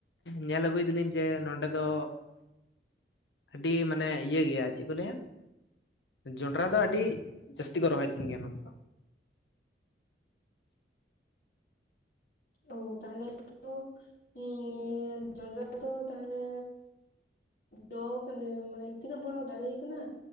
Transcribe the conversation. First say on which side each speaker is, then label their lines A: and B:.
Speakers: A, on the left (about 80°); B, on the left (about 55°).
A: ᱧᱮᱞ ᱟᱹᱜᱩᱭ ᱫᱟᱞᱤᱧ ᱡᱮ ᱱᱚᱸᱰᱮ ᱫᱚ ᱟᱹᱰᱤ ᱢᱟᱱᱮ ᱤᱭᱟᱹ ᱜᱮᱭᱟ ᱪᱮᱫ ᱠᱚ ᱞᱟᱹᱭᱟ? ᱡᱚᱱᱰᱨᱟ ᱫᱚ ᱟᱹᱰᱤ ᱡᱟᱹᱥᱛᱤ ᱠᱚ ᱨᱚᱦᱚᱭ ᱛᱟᱦᱮᱱ ᱜᱮᱭᱟ ᱱᱚᱛᱮ ᱫᱚ᱾
B: ᱚ ᱛᱟᱦᱞᱮ ᱛᱚ ᱱᱤᱭᱟᱹ ᱡᱚᱱᱰᱨᱟ ᱫᱚᱭ ᱛᱟᱦᱞᱮ ᱡᱚ ᱫᱚ ᱢᱟᱱᱮ ᱛᱤᱱᱟᱹᱜ ᱵᱚᱲᱚ ᱫᱟᱨᱮ ᱠᱟᱱᱟ